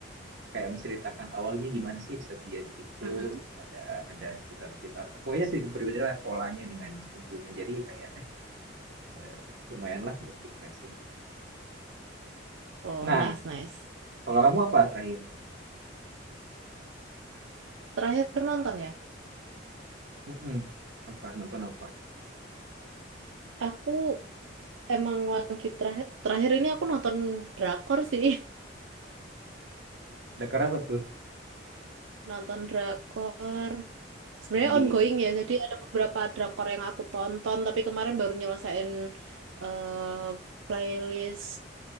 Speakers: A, on the right; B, on the right.
A: kayak menceritakan awalnya gimana sih bisa terjadi itu,
B: Mm.
A: terus ada ada cerita-cerita, pokoknya sedikit berbeda lah polanya dengan yang sebelumnya. Jadi kayak eh, eh, lumayan lah buat refreshing gitu.
B: Oh,
A: Nah,
B: nice, nice.
A: kalau kamu apa terakhir?
B: Terakhir nonton ya.
A: Mm-mm. Apa nonton apa?
B: Aku emang lagi terakhir terakhir ini aku nonton drakor sih,
A: Dakar apa tuh
B: <laughs> nonton drakor. Sebenarnya
A: yang di
B: ongoing ya, jadi ada beberapa drakor yang aku tonton, tapi kemarin baru nyelesain eh, playlist